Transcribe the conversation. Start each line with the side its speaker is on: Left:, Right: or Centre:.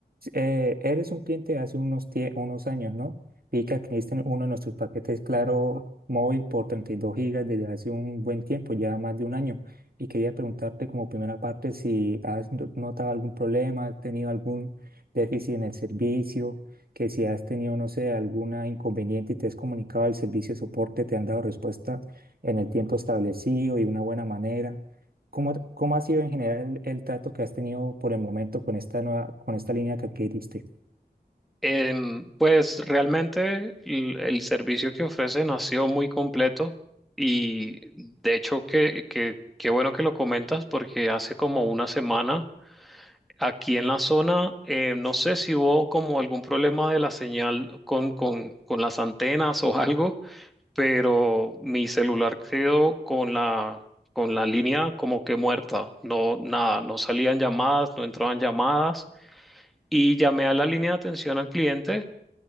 Right: eh, eres un cliente de hace unos, tie- unos años, ¿no? Vi que adquiriste uno de nuestros paquetes Claro Móvil por 32 gigas desde hace un buen tiempo, ya más de un año. Y quería preguntarte como primera parte si has no- notado algún problema, has tenido algún déficit en el servicio, que si has tenido, no sé, alguna inconveniente y te has comunicado al servicio de soporte, te han dado respuesta en el tiempo establecido y de una buena manera. ¿Cómo, cómo ha sido en general el, el trato que has tenido por el momento con esta nueva, con esta línea que adquiriste?
Centre: Em, pues realmente el, el servicio que ofrecen ha sido muy completo y de hecho que, que, qué bueno que lo comentas porque hace como una semana aquí en la zona eh, no sé si hubo como algún problema de la señal con, con, con las antenas o <laughs> algo, pero mi celular quedó con la, con la línea como que muerta, no nada, no salían llamadas, no entraban llamadas y llamé a la línea de atención al cliente